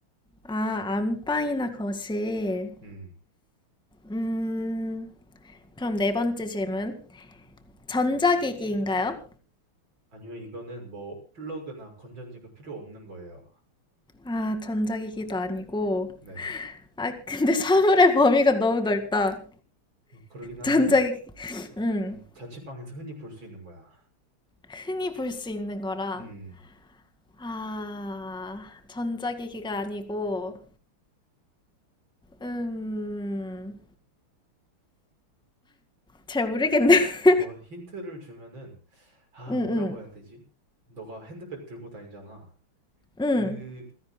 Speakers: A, in the centre; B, on the right.
A: 아, 안방이나 거실.
B: 음,
A: 음, 그럼 네 번째 질문. 전자기기인가요?
B: 아니요, 이거는 뭐 플러그나 건전지가 필요 없는 거예요.
A: 아, 전자기기도 아니고.
B: 네.
A: 아, 근데 <laughs> 사물의 범위가 너무 넓다.
B: 뭐 그러긴 한데,
A: 전자기기,
B: 어,
A: 음,
B: 음, 자취방에서 흔히 볼 수 있는 거야.
A: 흔히 볼 수 있는 거라.
B: 음,
A: 아, 전자기기가 아니고, 음, 잘 모르겠네. <laughs>
B: 이거 힌트를 주면은, 아,
A: 응,
B: 뭐라고
A: 응,
B: 해야 되지? 너가 핸드백 들고 다니잖아.
A: 응.
B: 그,